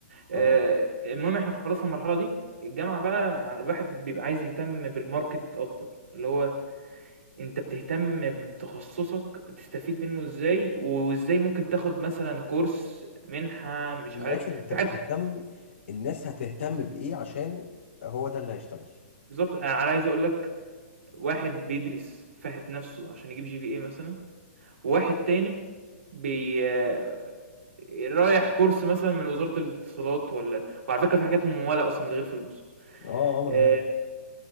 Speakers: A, on the left; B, on the right.
A: اه
B: آه، المهم احنا خلصنا المرحله دي الجامعه بقى الواحد بيبقى عايز يهتم بالماركت اكتر اللي هو انت بتهتم بتخصصك تستفيد منه ازاي وازاي ممكن تاخد مثلا كورس منحه مش
A: من
B: عارف
A: الاخر انت
B: في
A: بتهتم
B: حاجات
A: الناس هتهتم بايه عشان هو ده اللي هيشتغل
B: بالضبط، أنا عايز أقول لك واحد بيدرس فاحِت نَفْسه عشان يجيب GPA مثلًا، وواحد تاني بي آه، رايح كورس مثلًا من وزارة الاتصالات والّا وعلى فكرة في حاجات ممولة أصلًا من غير فلوس،
A: اه اه ما
B: آآ
A: انا عارف